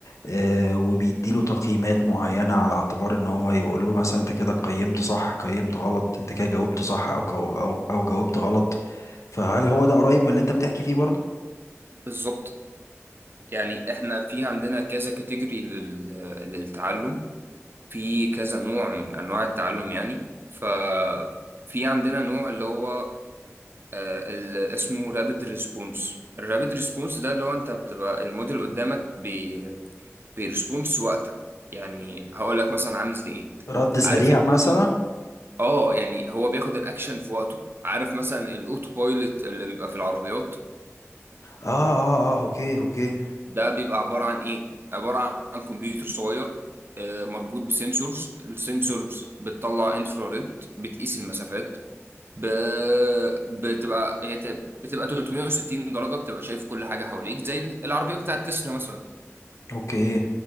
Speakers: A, on the left (about 75°); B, on the right (about 45°).
A: آه، وبيديله تقييمات معينة على اعتبار ان هو يقول له مثلا انت كده قيمت صح قيمت غلط انت كده جاوبت صح او كو- او او جاوبت غلط فهل هو ده قريب من اللي انت بتحكي فيه برضو
B: بالظبط يعني احنا في عندنا كذا كاتيجوري للتعلم في كذا نوع من انواع التعلم يعني ففي عندنا نوع اللي هو آه، اللي اسمه رابid ريسبونس الرابد ريسبونس ده اللي هو انت بتبقى الموديل قدامك بي بيرسبونس وقتا يعني هقول لك مثلا عامل زي ايه
A: رد سريع
B: عارف الاوتو
A: مثلا
B: اه يعني هو بياخد الاكشن في وقته عارف مثلا الاوتو بايلوت اللي بيبقى في العربيات
A: اه اه اه اوكي اوكي
B: ده بيبقى عبارة عن إيه؟ عبارة عن كمبيوتر صغير آه، مربوط بسنسورز السنسورز بتطلع انفراريد بتقيس المسافات ب... بتبقى هي ت- بتبقى 360 درجة بتبقى شايف كل حاجة حواليك زي العربية بتاعت تسلا مثلا
A: اوكي